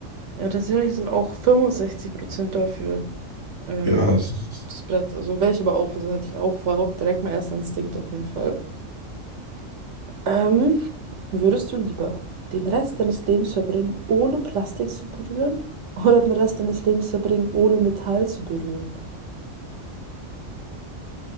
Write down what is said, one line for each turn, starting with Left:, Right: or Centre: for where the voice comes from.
Right: Ja, tatsächlich sind auch 65% dafür. Ähm,
Left: Ja, es ist,
Right: das Brett, also welche aber auch, also hatte ich auch, war auch direkt mein erster Instinkt auf jeden Fall. Ähm, würdest du lieber den Rest deines Lebens verbringen, ohne Plastik zu berühren, oder den Rest deines Lebens verbringen, ohne Metall zu berühren?